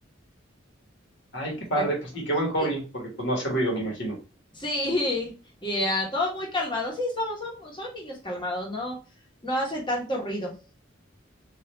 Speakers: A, on the left; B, on the left.
A: Ay, qué
B: Está-
A: padre, pues, y qué buen hobby,
B: Sí,
A: porque pues no hace ruido, me imagino.
B: sí, <laughs> yeah, todo muy calmado. Sí, son, son, son niños calmados, no, no hacen tanto ruido.